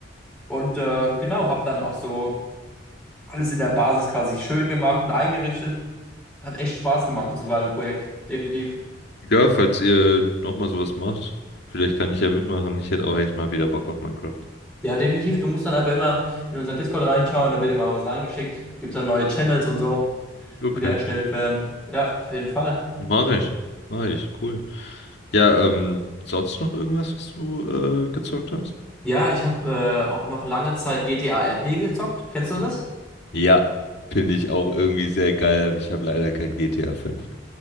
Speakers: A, in the centre; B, on the left.
A: Und äh, genau, habe dann auch so alles in der Basis quasi schön gemacht und eingerichtet. Hat echt Spaß gemacht, das war ein Projekt, definitiv.
B: Ja, falls ihr nochmal sowas macht, vielleicht kann ich ja mitmachen. Ich hätte auch echt mal wieder Bock auf Minecraft.
A: Ja, definitiv. Du musst dann aber immer in unser Discord reinschauen, da wird immer was reingeschickt. Gibt dann neue Channels und so,
B: Okay,
A: die da erstellt werden. Ja, auf jeden Fall.
B: mach ich, mach ich, cool. Ja, ähm, sonst noch irgendwas, was du äh, gezockt hast?
A: Ja, ich habe äh, auch noch lange Zeit GTA RP gezockt. Kennst du das?
B: Ja, finde ich auch irgendwie sehr geil, aber ich habe leider kein GTA fünf.